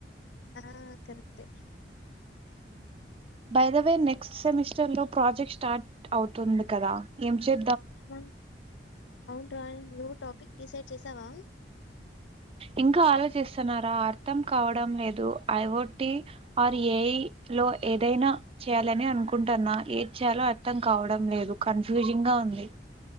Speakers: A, on the left; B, on the right.
A: ఆ కరక్టే
B: బైదవే నెక్స్ట్ సెమిస్టర్ లో ప్రాజెక్ట్ స్టార్ట్ అవుతుంది కదా ఏం చే
A: హ అవును రా టాపిక్ డిసైడ్ చేసావా
B: ఇంకా ఆలోచిస్తున్నారా అర్థం కావడం లేదు ఐ టి ఆర్ ఏ లో ఏదైనా చేయాలని అనుకుంటాన్నా ఏది చేయాలో అర్థం కావడం లేదు కన్ఫ్యూజింగ్ గా ఉంది